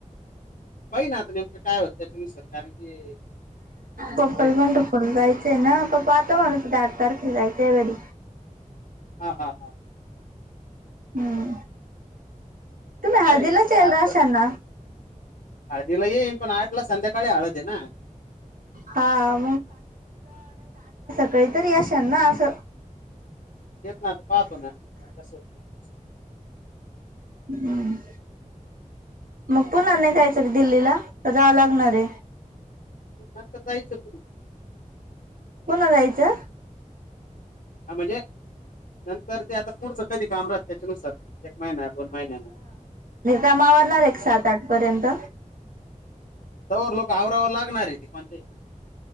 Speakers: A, on the left; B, on the right.
A: पाहिन आता नेमकं काय होत त्याच्यानुसार. कारन की
B: पप्पाला
A: म्हणजे
B: पंढरपूरला जायचं आहे ना. पप्प पाहतो म्हणे तिथे आठ तारखेला जायचं घरी
A: हा, हा, हा
B: हम्म. तुम्ही हळदीलाच
A: होय न म्हणजे?
B: यायला
A: सात
B: असाल
A: ला
B: ना
A: हळदीला येईन, पण आठ ला संध्याका काळी हाळद हे ना?
B: हा
A: हा,
B: काहीतरी आशेन ना? आसं
A: तेच ना आता पाहतो ना? कसं होतय
B: हम्म. मग पुन्हा नाही जायचं का दिल्लीला? का जावं लागणार आहे?
A: नंतर जायचं <unintelligible>
B: पुन्हा जायचं?
A: हा म्हणजे नंतर ते आता पुढचं कधी काम राहत त्याच्यानुसार एक महिना दोन महिन्यान
B: काम आवरणार आहे का सात आठ पर्यंत.
A: तवर लोक आवराव लागणार आहे. ते पाणी दे इकडं